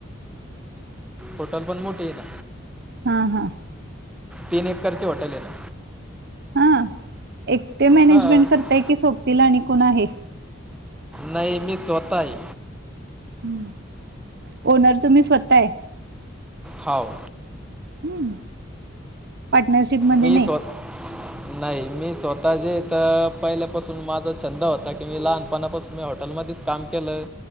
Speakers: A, in the centre; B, on the right.
A: होटल पण मोठे आहे ना.
B: हा हा.
A: तीन एकरची हॉटेल आहे ना.
B: हा एकटे मॅनेजमेंट
A: हां
B: करताय की सोपतील आणि कोण आहे.
A: नाही मीस होताही.
B: ह ओनर तुम्ही स्वतः आहे.
A: हाव.
B: हम् पार्टनरशिपमध्ये
A: मी
B: नाही.
A: स्व नाही मी स्वतः जे तर पहिल्यापासून माझा छंद होता की मी लहानपणापासून मी हॉटेलमध्येच. काम केलं.